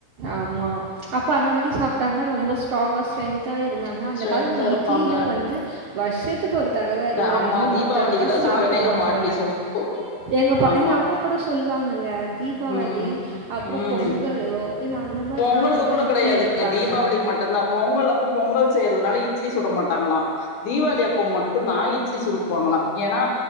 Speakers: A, on the right (about 75°); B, on the left (about 75°).
A: ஆமா அப்ப அந்த மாரி சாப்ட்டாங்க ரொம்ப ஸ்ட்ராங்கா ஸ்ட்ரென் த்தா இருந்தாங்க அந்த
B: ஸ்ட்ரென்த்தா
A: காலத்துல
B: இருப்பாங்க
A: இட்லிலா வந்து வர்ஷத்துக்கு ஒரு தடவ இல்ல
B: ஆமா
A: ரெண்டு
B: தீபாவளிக்கு
A: மூணு தடவ தா சாப்டுவாங்க
B: சுடுவேன்னு எங்க பாட்டி சொல்லு
A: எங்க பா
B: ஆமா
A: எங்க அம்மா கூட சொல்வாங்கங்க தீபாவளி
B: ம்
A: அப்றோ
B: ம்
A: பொங்கலு இல்ல அந்த மாரி
B: பொங்கலுக்கு
A: நாள்ல
B: கூட
A: தா இட்லி
B: கெடையாதுங்க
A: வெப்பாங்க
B: தீபாவளிக்கு மட்டுந்தா பொங்கல் அப்ப பொங்கல் செய்யறதுனால இட்லி சுட மாட்டாங்களா தீபாவளி அப்ப மட்டும்தா இட்லி சுடுவாங்களா ஏனா